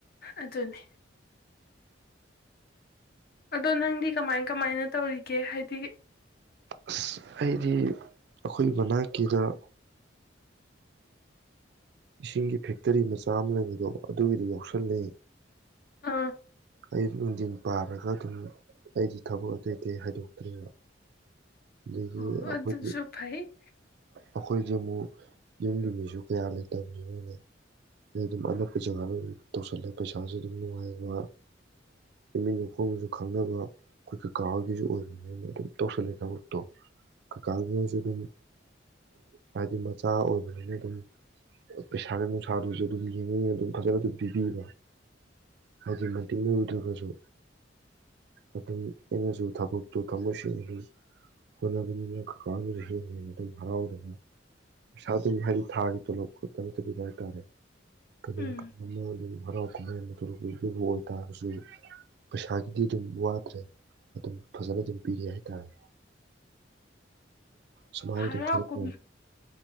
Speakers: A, on the left; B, on the right.
A: ꯑꯗꯨꯅꯦ ꯑꯗꯣ ꯅꯪꯗꯤ ꯀꯃꯥꯏ ꯀꯃꯥꯏꯅ ꯇꯧꯔꯤꯒꯦ ꯍꯥꯏꯗꯤ
B: ꯑꯁ ꯑꯩꯗꯤ ꯑꯈꯣꯏ ꯃꯅꯥꯛꯀꯤꯗ ꯑ ꯏꯁꯤꯡꯒꯤ ꯐꯦꯛꯇꯔꯤ ꯃꯆꯥ ꯑꯃ ꯂꯩꯕꯗꯣ ꯑꯗꯨꯒꯤꯗꯤ ꯌꯥꯎ ꯁꯜꯂꯦ
A: ꯑ
B: ꯑꯌꯨꯛ ꯅꯨꯡꯗꯤꯜ ꯄꯥꯔꯒ ꯑꯗꯨꯝ ꯑꯩꯗꯤ ꯊꯕꯛ ꯑꯇꯩ ꯑꯇꯩ ꯍꯥꯏꯗꯣꯛꯇ꯭ꯔꯦꯕ ꯑꯗꯒꯤ
A: ꯑꯣ
B: ꯑꯈꯣꯏꯒꯤ
A: ꯑꯗꯨꯁꯨ ꯐꯩ
B: ꯑꯈꯣꯏꯖꯦ ꯑꯃꯨꯛ ꯌꯨꯝꯒꯤ ꯃꯤꯖꯨ ꯀꯌꯥ ꯂꯩꯇꯕꯅꯤꯅꯅꯦ ꯑꯩ ꯑꯗꯨꯝ ꯑꯅꯛꯄ ꯖꯒꯥꯗ ꯇꯧꯁꯜꯂꯦ ꯄꯩꯁꯥꯁꯨ ꯑꯗꯨꯝ ꯅꯨꯡꯉꯥꯏꯕ ꯏꯃꯤꯠꯅ ꯏꯈꯣꯡꯅꯖꯨ ꯈꯪꯅꯕ ꯑꯩꯈꯣꯏ ꯀꯩꯀꯥ ꯍꯣꯏꯒꯤꯁꯨ ꯑꯣꯏꯕꯅꯤꯅ ꯑꯗꯨꯝ ꯇꯧꯁꯜꯂꯦ ꯊꯕꯛꯇꯣ ꯀꯀꯥꯒꯤ ꯍꯥꯏꯖꯦ ꯑꯗꯨꯝ ꯍꯥꯏꯗꯤ ꯃꯆꯥ ꯑꯣꯏꯕꯅꯤꯅ ꯑꯗꯨꯝ ꯄꯩꯁꯥꯅ ꯅꯨꯡꯁꯥꯗꯨꯁꯨ ꯑꯗꯨꯝ ꯌꯦꯡꯉ ꯌꯦꯡꯉ ꯑꯗꯨꯝ ꯐꯖꯅ ꯑꯗꯨꯝ ꯄꯤꯕꯤꯕ ꯍꯥꯏꯗꯤ ꯃꯇꯤꯡ ꯅꯔꯨꯗ꯭ꯔꯒꯖꯨ ꯑꯗꯨꯝ ꯑꯩꯅꯖꯨ ꯊꯕꯛꯇꯣ ꯊꯃꯣꯏ ꯁꯦꯡꯅ ꯑꯗꯨꯝ ꯍꯣꯠꯅꯕꯅꯤꯅ ꯀꯀꯥꯅꯖꯨ ꯍꯦꯟꯅ ꯍꯦꯟꯅ ꯑꯗꯨꯝ ꯍꯔꯥꯎꯗꯅ ꯄꯩꯁꯥ ꯑꯗꯨꯝ ꯍꯥꯏꯗꯤ ꯊꯥꯒꯤ ꯇꯣꯂꯣꯄ ꯈꯛꯇ ꯅꯠꯇꯕꯤꯗ ꯍꯥꯏꯇꯥꯔꯦ ꯀꫭꯅꯥꯝ
A: ꯎꯝ
B: ꯀꫭꯅꫭꯝ ꯍꯔꯧ ꯀꯨꯝꯍꯩ ꯑꯗꯃ ꯑꯣꯏꯇꯥꯔꯒꯁꯨ ꯄꯩꯁꯥꯒꯤꯗꯤ ꯑꯗꯨꯝ ꯋꯥꯠꯇ꯭ꯔꯦ ꯑꯗꯨꯝ ꯐꯖꯅ ꯑꯗꯨꯝ ꯄꯤꯔꯤ ꯍꯥꯏꯇꯥꯔꯦ ꯁꯃꯥꯏ
A: ꯍꯔꯥꯎ
B: ꯇꯨ ꯈꯔꯗ
A: ꯀꯨꯝ